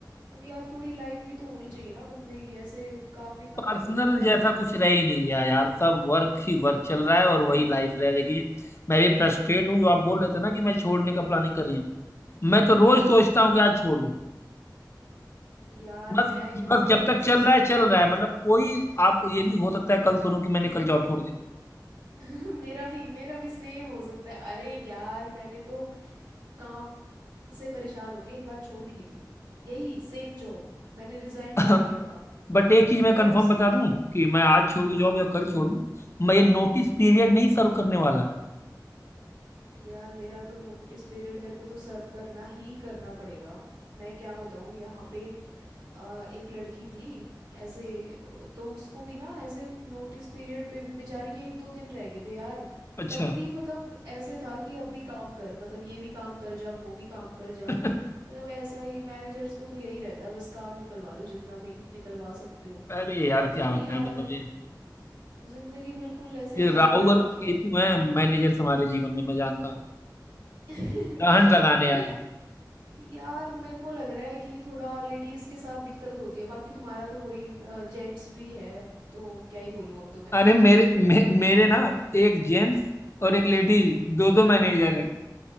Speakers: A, on the right; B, on the left.
A: अब यार थोड़ी लाइफ भी तो होनी चाहिए ना बंदे की ऐसे काम ही काम
B: पर्सनल
A: थोड़े ना करना
B: जैसा
A: है
B: कुछ
A: सारी
B: रह
A: जिंदगी
B: ही नहीं गया यार सब वर्क ही वर्क चल रहा है और वही लाइफ रह रही है मैं भी फ्रस्ट्रेट हूँ जो आप बोल रहे थे ना कि मैं छोड़ने का प्लानिंग कर रही हूँ मैं तो रोज सोचता हूँ कि आज छोड़ दूं
A: यार मैं
B: बस
A: कितने
B: बस जब
A: दिन
B: तक चल
A: से सोचे
B: रहा है चल
A: जा
B: रहा
A: रही
B: है मतलब
A: हूँ
B: कोई आप ये भी हो सकता है कल सुनो कि मैंने कल जॉब छोड़ दी
A: <laughs> मेरा भी मेरा भी सेम हो सकता है अरे यार मैंने तो काम से परेशान होके एक बार छोड़ भी दी थी यही सेम जॉब मैंने रिजाइन
B: <laughs>
A: डाल दिया था
B: बट एक चीज मैं
A: फिर
B: कंफर्म
A: उस
B: बता दूं कि मैं आज छोड़ू
A: हाँ
B: जॉब या कल छोड़ू मैं ये नोटिस पीरियड नहीं सर्व करने वाला
A: यार मेरा तो नोटिस पीरियड मेरे को तो सर्व करना ही करना पड़ेगा मैं क्या बताऊँ यहाँ पे अ, एक लड़की थी ऐसे तो उसको भी ना ऐसे नोटिस पीरियड पे भी बेचारी के एक दो दिन रह गए थे यार
B: अच्छा
A: तब भी मतलब ऐसे था कि अब भी काम कर मतलब ये भी काम कर जा वो भी काम कर
B: <laughs>
A: जा मतलब ऐसा ही मैनेजर्स को तो यही रहता है बस काम निकलवा लो जितना भी निकलवा सकते हो
B: अरे यार
A: पता
B: क्या
A: नहीं
B: बताएं
A: यार
B: मतलब ये
A: जिंदगी बिल्कुल ऐसे
B: ये
A: हेल
B: राहु
A: बना
B: और
A: रखी
B: केतु
A: है
B: हैं मैनेजर्स हमारे जीवन में मैं जानता हूँ
A: <laughs>
B: ग्रहण लगाने
A: नहीं
B: आए हैं।
A: यार मेरे को लग रहा है कि थोड़ा लेडीज के साथ दिक्कत होती है बाकी तुम्हारा तो वही जेंट्स भी है तो क्या ही बोलूं अब तो मैं
B: अरे मेरे मे,
A: मतलब
B: मेरे ना एक जेंट्स और एक लेडीज दो दो मैनेजर हैं